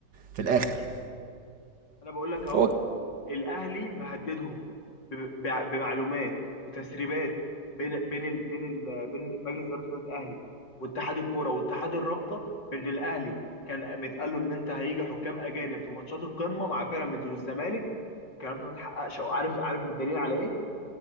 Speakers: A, on the right; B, on the left.
A: في الاخر
B: انا بقول لك اهو
A: هو
B: الاهلي مهددهم ب- ب- بمعلومات وتسريبات بين بين ال بين ال بين مجلس اداره النادي الاهلي واتحاد الكوره واتحاد الرابطه بان الاهلي كان متقال له ان انت هيجي حكام اجانب في ماتشات القمه مع بيراميدز والزمالك والكلام ده ما اتحققش او عارف عارف بالدليل على ايه